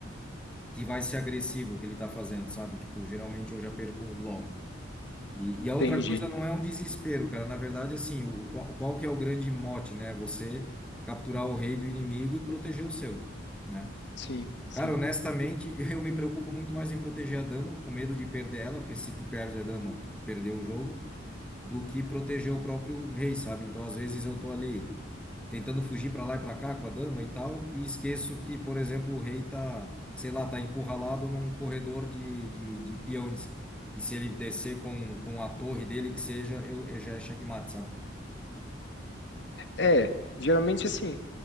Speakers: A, in the centre; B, on the left (about 60°).
A: que vai ser agressivo o que ele tá fazendo, sabe? Tipo, geralmente eu já perco logo. E, e a outra
B: Entendi.
A: coisa não é um desespero, cara. Na verdade, assim, o, qual, qual que é o grande mote, né? Você capturar o rei do inimigo e proteger o seu, né?
B: Sim, sim.
A: Cara, honestamente, <laughs> eu me preocupo muito mais em proteger a dama, com medo de perder ela, porque se tu perde a dama, tu perdeu o jogo do que proteger o próprio rei, sabe? Então, às vezes eu tô ali tentando fugir para lá e para cá com a dama e tal, e esqueço que, por exemplo, o rei tá, sei lá, tá encurralado num corredor de, de, de peões, e se ele descer com, com a torre dele, que seja, eu, eu já é checkmate, sabe?
B: É, geralmente assim,